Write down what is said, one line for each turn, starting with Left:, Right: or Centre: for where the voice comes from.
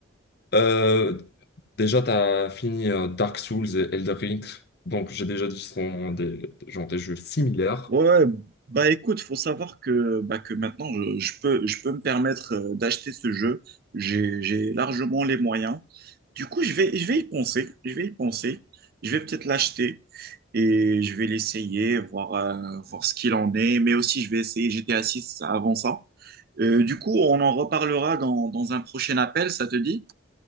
Left: Euh, déjà, tu as fini euh, Dark Souls et Elden Ring. Donc, j'ai déjà dit que ce sont des, genre, des jeux similaires.
Right: Ouais, ouais. bah écoute, faut savoir que, bah, que maintenant je, je peux, je peux me permettre euh, d'acheter ce jeu. J'ai, j'ai largement les moyens. Du coup, je vais, je vais y penser. Je vais y penser. Je vais peut-être l'acheter. et je vais l'essayer, voir, euh, voir ce qu'il en est, mais aussi je vais essayer GTA six avant ça. Euh, du coup, on en reparlera dans, dans un prochain appel, ça te dit?